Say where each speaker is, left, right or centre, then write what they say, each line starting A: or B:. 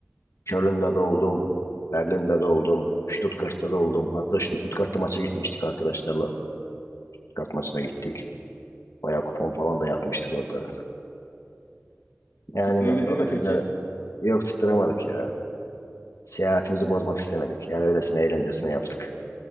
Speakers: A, on the left; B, on the left.
A: Köln'de de oldum. Berlin'de de oldum. Stuttgart'ta da oldum. Hatta Stuttgart'ta maça gitmiştik arkadaşlarla. Stuttgart maçına gittik. Bayağı kupon falan da yapmıştık orada. Yani
B: Tutturabildin
A: o
B: mi
A: da
B: peki?
A: güzel. Yok tutturamadık ya. Seyahatimizi bozmak istemedik. Yani öylesine eğlencesine yaptık.